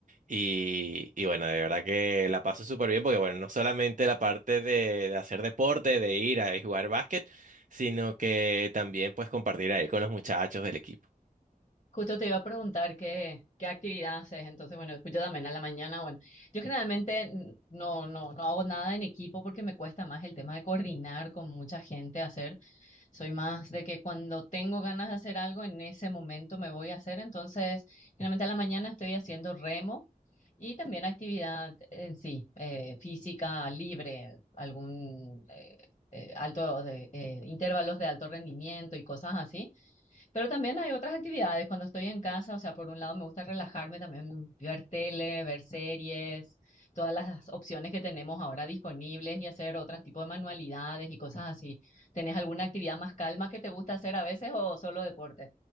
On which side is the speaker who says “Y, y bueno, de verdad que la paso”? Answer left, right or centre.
Right